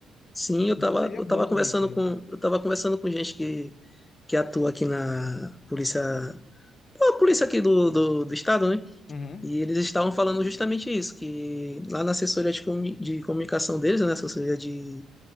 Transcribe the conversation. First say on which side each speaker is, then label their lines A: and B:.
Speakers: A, on the left; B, on the left.
A: sim, eu
B: Então
A: tava,
B: seria
A: eu
B: bom
A: tava
B: tu
A: conversando
B: ver isso aí.
A: com, eu tava conversando com gente que, que atua aqui na polícia, a polícia aqui do, do, do estado, né?
B: Uhum,
A: E eles estavam falando justamente isso, que lá na assessoria de, comu- de comunicação deles, né, assessoria de,